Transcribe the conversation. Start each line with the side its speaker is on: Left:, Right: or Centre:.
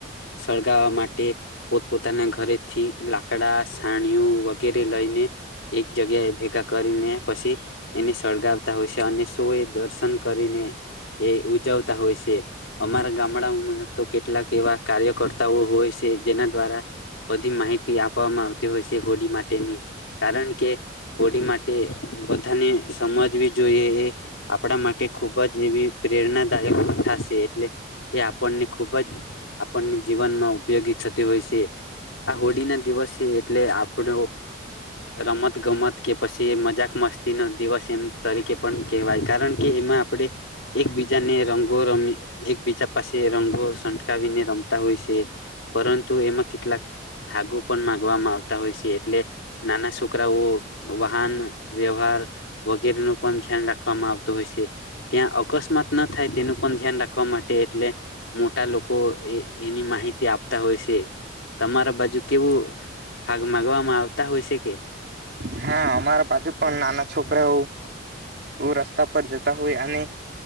Left: સળગાવવા માટે <unintelligible> પોતાના ઘરેથી લાકડા સાણીઓ વગેરે લઈને એક જગ્યાએ ભેગા કરીને પછી એને સળગાવતા હોય છે, અને સૌ એ દર્શન કરીને એ ઉજવતા હોય છે, અમારા ગામડાઓમાં તો કેટલાક એવા કાર્યકર્તાઓ હોય છે, જેના દ્વારા બધી માહિતી આપવામાં આવતી હોય છે, હોળી માટેની કારણ કે હોળી માટે બધાને સમજવી જોઈએ એ આપણા માટે ખૂબ જ એવી પ્રેરણાદાયક કથા છે, એટલે એ આપણને ખૂબ જ આપણને જીવનમાં ઉપયોગી થતી હોય છે, આ હોળી ના દિવસ છે, એટલે આપણો રમત ગમત કે પછી મજાક મસ્તી નો દિવસ એમ તરીકે પણ કેહેવાય કારણ કે એમાં આપણે એકબીજાને રંગો રમી એકબીજા પાસે રંગો છટકાવીને રમતા હોય છે, પરંતુ એમાં કેટલાક ભાગો પણ માગવામાં આવતા હોય છે, એટલે નાના છોકરાઓ વાહન વ્યવહાર વગેરે ન પણ ધ્યાન રાખવામાં આવતું હોય છે, ત્યાં અકસ્માત ના થાય તેનું પણ ધ્યાન રાખવા માટે એટલે મોટા લોકો એ એની માહિતી આપતા હોય છે, તમારા બાજુ કેવું ભાગ <unintelligible> <unintelligible> કે
Right: હા અમારે <unintelligible> પણ નાના છોકરા રસ્તા પર જતા હોય અને